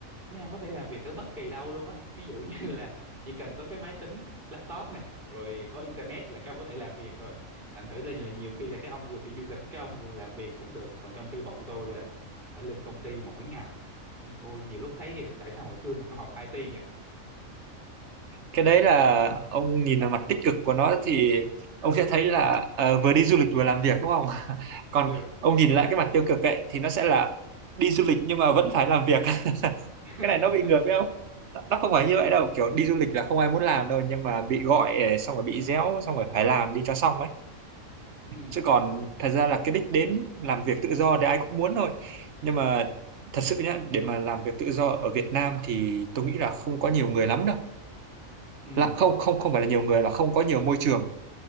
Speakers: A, on the right; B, on the right.
A: mấy em có thể làm việc ở bất kỳ đâu luôn á ví dụ như là chỉ cần có cái máy tính laptop này rồi có internet là các ông có thể làm việc rồi thành thử đây là nhiều khi là các ông vừa đi du lịch các ông vừa làm việc cũng được còn trong khi bọn tôi là phải lên công ty mỗi ngày ôi nhiều lúc thấy tại sao hồi xưa mình không học IT nhỉ
B: Cái đấy là ông nhìn vào mặt tích cực của nó thì
A: <laughs>
B: ông sẽ thấy là ờ, vừa đi du lịch vừa làm việc đúng không? <laughs> Còn
A: ừ
B: ông nhìn lại cái mặt tiêu cực ấy thì nó sẽ là đi du lịch nhưng mà vẫn phải làm việc. <laughs>
A: <laughs>
B: Cái này nó bị ngược đấy không? Nó nó không phải như vậy đâu, kiểu đi du lịch là không ai muốn làm đâu nhưng mà bị gọi ờ, xong rồi bị réo xong rồi phải làm đi cho xong ấy.
A: ừ
B: chứ còn thật ra là cái đích đến làm việc tự do thì ai cũng muốn thôi nhưng mà thật sự nhá để mà làm việc tự do ở Việt Nam thì tôi nghĩ là không có nhiều người lắm đâu
A: ừ
B: là không không không phải là nhiều người là không có nhiều môi trường